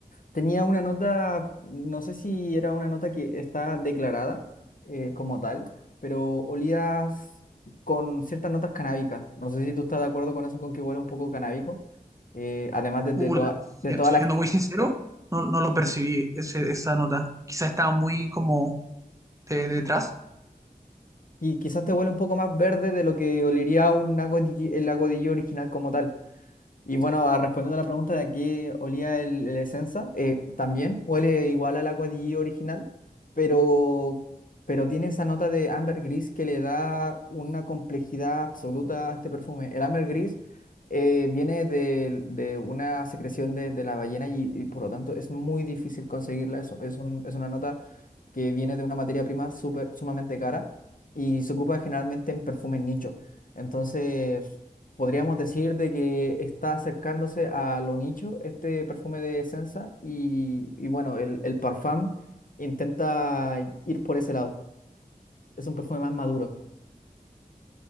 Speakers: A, on the left; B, on the right.
A: tenía una nota, no sé si era una nota que está declarada eh, como tal, pero olía s- con ciertas notas canábicas. No sé si tú estás de acuerdo con eso, con que huele un poco canábico. eh, además de, de
B: Uh,
A: toda,
B: la- si-
A: de toda
B: siendo
A: la...
B: muy sincero, no, no lo percibí ese, esa nota. Quizás estaba muy como de- detrás.
A: Y quizás te huele un poco más verde de lo que olería un lago Digio- el lago Digio original como tal. Y bueno, a- respondiendo a la pregunta de a qué olía el, el Essenza, eh, también huele igual al Agua di original, pero, pero tiene esa nota de ambergris que le da una complejidad absoluta a este perfume. El ambergris eh, viene de, de una secreción de, de la ballena y, y por lo tanto es muy difícil conseguirla. Es, es un- es una nota que viene de una materia prima súper- sumamente cara y se ocupa generalmente en perfumes nicho. Entonces, podríamos decir de que está acercándose a lo nicho este perfume de Senza y, y bueno, el, el Parfum intenta ir por ese lado. Es un perfume más maduro.